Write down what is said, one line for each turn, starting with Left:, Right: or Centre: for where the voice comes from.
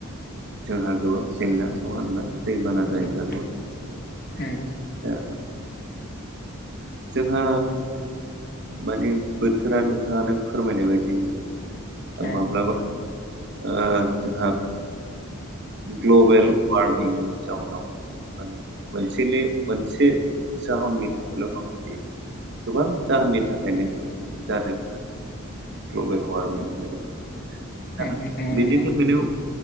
Right: जोंहा गोबां जेंना नङा होनबा दैबाना
Left: नंगौ
Right: जायोब्ला
Left: नोंथां
Right: दा
Left: नंगौ
Right: जोंहा माने बोथोरा नोंथाङानो फोरमायनाय बायदिनो
Left: औ
Right: माब्लाबा ओ जोंहा ग्लबेल वार्मिंनि जाउनाव माने मोनसेल मोनसे जाहोननि थाखायल' नङा बेयो गोबां जाहोननि थाखायनो जादों ग्लबेल वार्मिं होनोबा दा
Left: औ नंगौ
Right: बेनि
Left: नोंथां
Right: थाखायनो